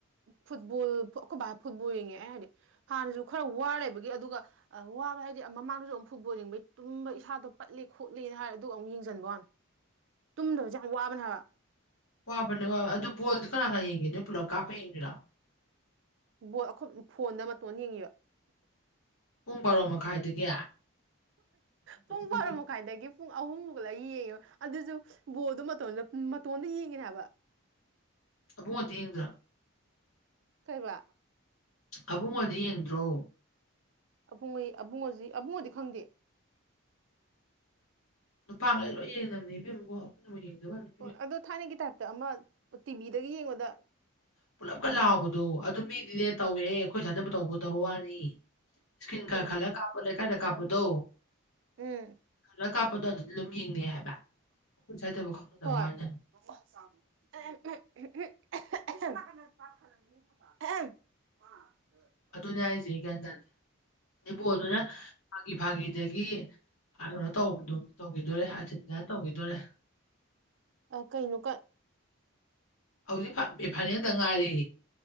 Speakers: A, on the right (about 60°); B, on the left (about 80°).
A: ꯐꯨꯠꯕꯣꯜ ꯑꯩꯈꯣꯏ ꯐꯨꯠꯕꯣꯜ ꯌꯦꯡꯉꯦ ꯑꯩ ꯍꯥꯏꯗꯤ ꯍꯥꯟꯅꯁꯨ ꯈꯔ ꯋꯥꯔꯂꯩꯕꯒꯤ ꯑꯗꯨꯒ ꯑ ꯋꯥꯕ ꯍꯥꯏꯗꯤ ꯃꯃꯥꯡꯗꯁꯨ ꯑꯃꯨꯛ ꯐꯨꯠꯕꯣꯜ ꯌꯦꯡꯕꯩ ꯇꯨꯝꯕ ꯏꯁꯥꯗꯣ ꯄꯠꯂꯦ ꯈꯣꯠꯂꯦꯅ ꯍꯥꯏꯔ ꯑꯗꯨꯒ ꯑꯃꯨꯛ ꯌꯦꯡꯖꯟꯕ ꯋꯥꯅꯤ ꯇꯨꯝꯗꯕꯁꯦ ꯌꯥꯝ ꯋꯥꯕꯅꯦ ꯍꯥꯏꯕ
B: ꯋꯥꯕꯅꯦ ꯋꯥꯕ ꯑꯗꯨ ꯕꯣꯜꯗꯤ ꯀꯅꯥ ꯀꯅꯥ ꯌꯦꯡꯒꯦ ꯅꯣꯏ ꯄꯨꯂꯞ ꯀꯥꯞꯄ ꯌꯦꯡꯗꯣꯏꯔꯣ
A: ꯕꯣꯜ ꯑꯩꯈꯣꯏ ꯐꯣꯟꯗ ꯃꯇꯣꯟ ꯌꯦꯡꯉꯤꯕ
B: ꯄꯨꯡ ꯕꯥꯔꯣ ꯃꯈꯥꯏꯗꯒꯤ ꯑꯩꯈꯣꯏꯗꯤ
A: ꯄꯨꯡ ꯕꯔꯣ ꯃꯈꯥꯏꯗꯒꯤ ꯄꯨꯡ ꯑꯍꯨꯝꯃꯨꯛ ꯂ ꯌꯦꯡꯉꯦꯕ ꯑꯗꯨꯁꯨ ꯕꯣꯜꯗꯣ ꯃꯇꯣꯟꯗ ꯃꯇꯣꯟꯗ ꯌꯦꯡꯏꯅꯦ ꯍꯥꯏꯕ꯫
B: ꯑꯕꯨꯡꯉꯣ ꯗꯤ ꯌꯦꯡꯗ꯭ꯔꫭ꯫
A: ꯀꯩꯕꯥ꯫
B: ꯑꯕꯨꯡꯉꯣꯗꯤ ꯌꯦꯡꯗ꯭ꯔꯣ꯫
A: ꯑꯕꯨꯡꯉꫭꯏ ꯑꯕꯨꯡꯉꫭꯁꯤ ꯑꯕꯨꯡꯉꯗꯤ ꯈꯪꯗꯦ꯫
B: ꯅꯨꯄꯥ ꯉꯩ ꯂꯣꯏ ꯌꯦꯡꯅꯕꯅꯦ ꯏꯕꯦꯝ ꯒꫭ꯫ <inaudible>
A: ꯍꯣꯏ ꯑꯗꯣ ꯊꯥꯏꯅꯒꯤ ꯇꯥꯏꯞꯇ ꯑꯃ ꯇꯤꯚꯤꯗꯒ ꯌꯦꯡꯕꯗ
B: ꯄꯨꯜꯂꯞꯀ ꯂꯥꯎꯕꯗꯣ ꯑꯗꯨꯝ ꯃꯤꯗꯤꯅꯦ ꯇꯧꯋꯦ ꯑꯩꯈꯣꯏ ꯁ꯭ꯋꯥꯏꯗꯕꯨ ꯇꯧꯕꯗꯕ ꯋꯥꯅꯤ꯫ ꯏꯁꯀꯤꯔꯤꯟ ꯈꯔ
A: ꯎꯝ
B: ꯈꯜꯂ ꯀꯥꯞꯄ ꯂꯩꯀꯥꯏꯗ ꯀꯥꯞꯄꯗꯣ
A: ꯎꯝ
B: ꯈꯜꯂ ꯀꯥꯞꯄꯗꯣ ꯑꯗꯨꯗꯤ ꯑꯗꯨꯝ ꯌꯦꯡꯅꯩ ꯍꯥꯏꯕ ꯑꯩꯈꯣꯏ ꯁ꯭ꯋꯥꯏꯗꯕꯨ ꯈꯪꯅꯗꯕ
A: ꯍꯣꯏ
B: ꯋꯥꯅꯦ꯫
A: <unintelligible> <unintelligible>
B: ꯑꯗꯨꯅꯦ ꯍꯥꯏꯁꯦ ꯑꯩ ꯒ꯭ꯌꯥꯟ ꯇꯥꯗꯦ ꯑꯗꯩꯩ ꯕꯥꯜꯂ ꯗꯨꯅ ꯐꯥꯒꯤ ꯐꯥꯒꯤꯗꯒꯤ <inaudible> ꯑꯔꯒꯦꯟꯇꯤꯅꯥꯅ ꯇꯧꯒꯤꯗꫭꯔꯦ꯫
A: ꯑ ꯀꯩꯅꯣ ꯀ
B: ꯍꯧꯖꯤꯛ ꯐꯥ ꯐꯥꯏꯅꯦꯜꯗꯪ ꯉꯥꯏꯔꯦ꯫